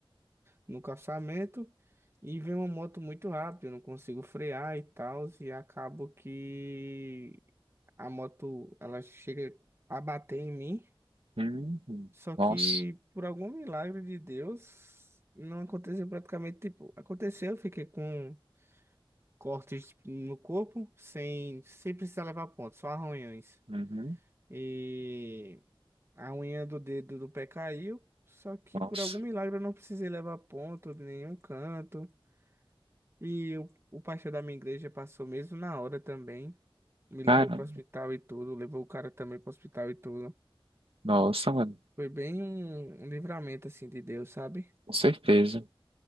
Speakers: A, on the right; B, on the right.
A: no calçamento e vem uma moto muito rápida, eu não consigo frear e tal, e acabo que a moto ela chega a bater em mim,
B: Uhum.
A: só
B: Nossa.
A: que por algum milagre de Deus não aconteceu praticamente, tipo, aconteceu, eu fiquei com cortes no corpo sem sem precisar levar ponto, só arranhões.
B: Uhum.
A: E a unha do dedo do pé caiu. Só que
B: Nossa.
A: por algum milagre eu não precisei levar ponto de nenhum canto. E o, o pastor da minha igreja passou mesmo na hora também. Me
B: Cara,
A: levou pro hospital e tudo. Levou o cara também pro hospital e tudo.
B: nossa, mano.
A: Foi bem um, um livramento assim de Deus, sabe?
B: Com certeza.